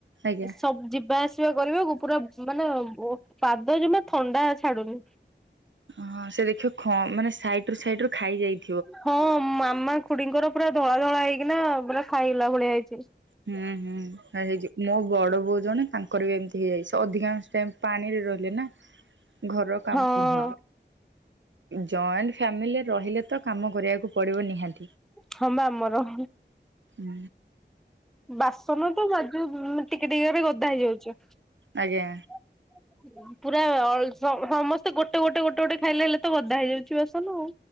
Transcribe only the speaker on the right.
ଆଜ୍ଞା
ହଁ ସେ ଦେଖିବ ମାନେ ସାଇଡ ରୁ ସାଇଡ ରୁ ଖାଇ ଯାଇ
ହୁଁ ହୁଁ ହେଇଯ ମୋ ଗଡ ବୋଉ ଜଣେ ତାଙ୍କର ବି ଏମିତି ହେଇଯାଇଛି ସେ ଅଧିକାଂଶ ଟାଇମ ପାଣି ରେ ରହିଲେ ନା। ଘରର କାମ
ଘର ଜଏଣ୍ଟ ଫ୍ୟାମିଲି ରହିଲେ ତ କାମ କରିବାକୁ ପଡ଼ିବ ନିହାତି।
ହୁଁ
ଆଜ୍ଞା